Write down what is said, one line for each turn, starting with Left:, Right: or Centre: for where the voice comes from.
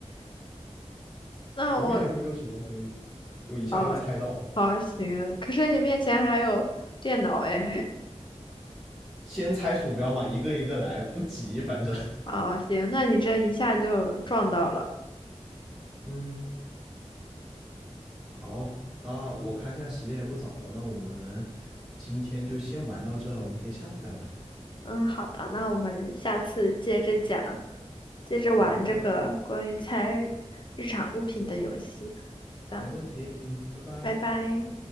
Centre: <laughs>
Left: 那我
Centre: 我面前就有一个鼠标，所以就一下就猜到了。
Left: 啊，好行，可是你面前还有电脑哎，<laughs>
Centre: 先猜鼠标嘛，一个一个来，不急，反正，
Left: 啊行，那你这一下就撞到了。
Centre: 嗯，好，那我看现在时间也不早了，那我们今天就先玩到这，我们可以下次再玩。
Left: 嗯，好的，那我们下次接着讲，接着玩这个关于猜
Centre: 好的，
Left: 日常物品的游戏。好的，
Centre: 没问题，嗯，拜拜。
Left: 拜拜。